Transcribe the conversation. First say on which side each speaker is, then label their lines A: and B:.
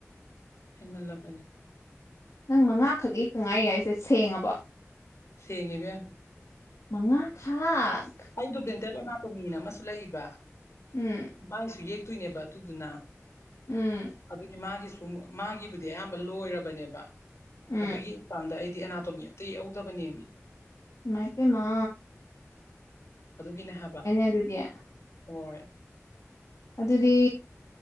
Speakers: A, on the left; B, on the left.
A: ꯍꯦꯟꯃꯜꯂꯥꯕꯅꯤ
B: ꯅꯪ ꯃꯉꯥꯈꯛ ꯌꯦꯛꯇ ꯉꯥꯏ ꯍꯥꯏꯁꯦ ꯁꯦꯡꯉꯕꯣ
A: ꯁꯦꯡꯉꯦ ꯏꯕꯦꯝ
B: ꯃꯉꯥ ꯈꯥꯛ
A: ꯑꯩꯗꯣ ꯕꯦꯟꯇꯦꯜ ꯑꯦꯅꯥꯇꯣꯃꯤꯅ ꯑꯃꯁꯨ ꯂꯩꯕ
B: ꯎꯝ
A: ꯃꯥꯏꯁꯨ ꯌꯦꯛꯇꯣꯏꯅꯦꯕ ꯑꯗꯨꯗꯨꯅ
B: ꯎꯝ
A: ꯑꯗꯨꯒꯤ ꯃꯥꯒꯤꯁꯨ ꯃꯥꯒꯤꯕꯨꯗꯤ ꯑꯌꯥꯝꯕ ꯂꯣꯏꯔꯕꯅꯦꯕ
B: ꯎꯝ
A: ꯑꯗꯨ ꯌꯦꯛꯀꯥꯟꯗ ꯑꯩꯗꯤ ꯑꯦꯅꯥꯇꯣꯃꯤ ꯑꯝꯇꯥ ꯌꯦꯎꯧꯗꯕꯅꯦꯝꯃꯤ
B: ꯏꯃꯥꯏ ꯄꯦꯝꯃꯥ
A: ꯑꯗꯨꯒꯤꯅꯦ ꯍꯥꯏꯕ
B: ꯑꯗꯨꯗꯤ
A: ꯍꯣꯏ
B: ꯑꯗꯨꯗꯤ